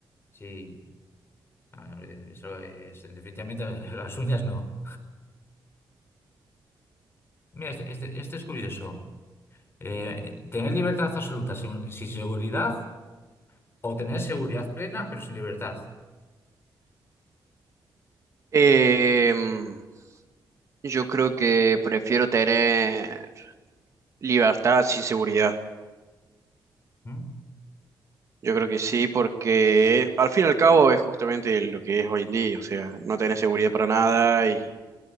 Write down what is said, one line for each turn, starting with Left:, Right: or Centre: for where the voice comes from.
Left: Sí, Ah, hombre, eso es. Definitivamente <laughs> las uñas no. Mira, este, este, este es curioso. Eh, tener libertad absoluta sin, sin seguridad o tener seguridad plena pero sin libertad.
Right: Em, yo creo que prefiero tener libertad sin seguridad.
Left: ¿Mm?
Right: Yo creo que sí, porque al fin y al cabo es justamente lo que es hoy en día. O sea, no tenés seguridad para nada y